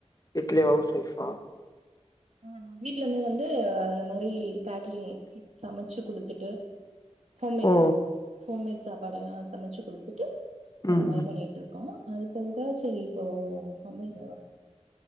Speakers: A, on the left; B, on the right.
A: வீட்ல அவுஸ் ஒய்ஃபா
B: ஆ நா வீட்லந்தே வந்து இந்த மாரி கேட்ரிங் சமச்சு குடுத்துட்டு ஹோம்மேட்
A: ஓ
B: ஹோம்மேட் சாப்பாடெல்லா சமச்சு குடுத்துட்டு அந்த
A: ம்
B: மாரி
A: ம்
B: பண்ணிட்டுருக்கோ அது போ செரி இப்போ வந்து இந்த